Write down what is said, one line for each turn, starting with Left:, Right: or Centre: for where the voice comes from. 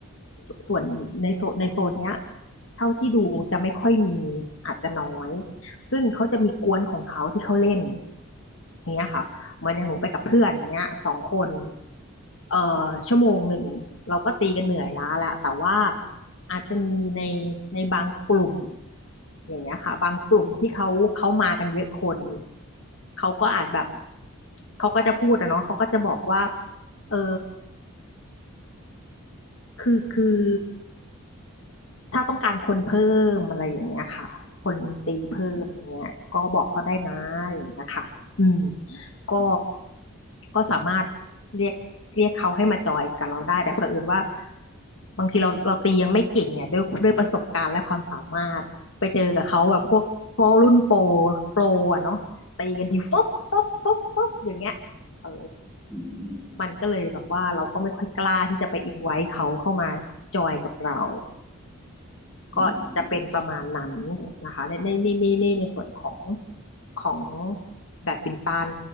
Left: สส่วนในโซนในโซนเนี้ยเท่าที่ดูจะไม่ค่อยมีอาจจะน้อยซึ่งเขาจะมีกวนของเขาที่เขาเล่นอย่างเงี้ยค่ะ เหมือนอย่างหนูไปกับเพื่อนอย่างเงี้ยสองคนเอ่อชั่วโมงหนึ่งเราก็ตีกันเหนื่อยล้าแล้วแต่ว่าอาจจะมีในในบางกลุ่มอย่างเงี้ยค่ะบางกลุ่มที่เขาเขามากันเยอะคนเขาก็อาจแบบเขาก็จะพูดอะเนาะเขาก็จะบอกว่าเออคือคือถ้าต้องการคนเพิ่มอะไรอย่างเงี้ยค่ะคนตีเพิ่มอย่างเงี้ยก็บอกเขาได้นะอย่างเงี้ยค่ะอืม ก็ก็สามารถเรียกเรียกเขาให้มาจอยกับเราได้แต่เผอิญว่าบางทีเราเราตียังไม่เก่งเนี่ยด้วยด้วยประสบการณ์และความสามารถไปเจอกับเขาแบบพวกพวกรุ่นโปรโปรอ่ะเนาะตีกันทีฟุ๊บปุ๊บปุ๊บปุ๊บอย่างเงี้ยเออ
Centre: อืมอืม
Left: มันก็เลยแบบว่าเราก็ไม่ค่อยกล้าที่จะไปอินไว้เขาเข้ามาจอยกับเรา
Centre: อืม
Left: ก็จะเป็นประมาณนั้นนะคะในในนี่นี่นี่ในส่วนของของแบดมินตัน